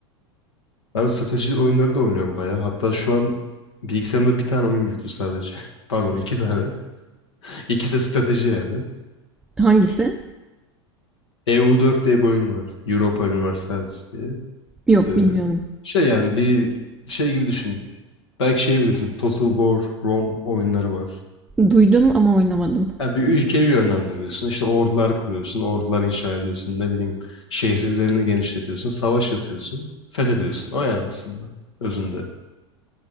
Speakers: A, on the left; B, in the centre.
A: ben strateji oyunları da oynuyorum bayağı. Hatta şu an bilgisayarımda bir tane oyun yüklü sadece. <laughs> Pardon iki tane. <laughs> İkisi de strateji yani.
B: Hangisi?
A: EU4 diye bir oyun var. Europa Universalis diye.
B: Yok
A: Ee,
B: bilmiyorum.
A: şey yani bir şey gibi düşün. Belki şey bilirsin. Total War, Rome oyunları var.
B: Duydum ama oynamadım.
A: Yani bir ülkeyi yönlendiriyorsun. İşte ordular kuruyorsun. Ordular inşa ediyorsun. Ne bileyim şehirlerini genişletiyorsun. Savaş yatıyorsun. Fethediyorsun. O yani aslında. Özünde.